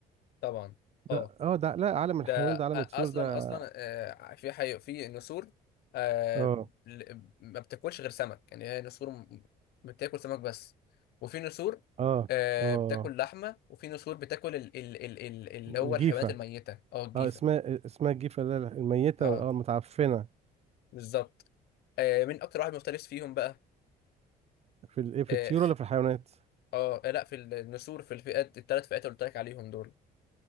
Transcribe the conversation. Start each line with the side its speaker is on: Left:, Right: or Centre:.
Left: طبعا اه
Right: ده اه ده لا عالم الحيوان
Left: ده
Right: ده
Left: أ-
Right: عالم
Left: اصلا
Right: الطيور ده
Left: اصلا آه، في حي... في نسور آه،
Right: اه
Left: ل- ما بتاكلش غير سمك يعني هي نسور م- بتاكل سمك بس وفي نسور
Right: اه
Left: آه،
Right: اه
Left: بتاكل لحمه وفي نسور بتاكل ال... ال... ال... ال... اللي هو
Right: جيفة
Left: الحيوانات الميته اه الجيفه
Right: اه اسمها اسمها الجيفة اللي هي الميتة
Left: اه
Right: اه المتعفنة
Left: بالظبط آه، مين اكتر واحد مفترس فيهم بقى
Right: في الايه في
Left: اه,
Right: الطيور
Left: خ...
Right: ولا في الحيوانات
Left: آه لا في النسور في الفئات الثلاث فئات اللي قلت لك عليهم دول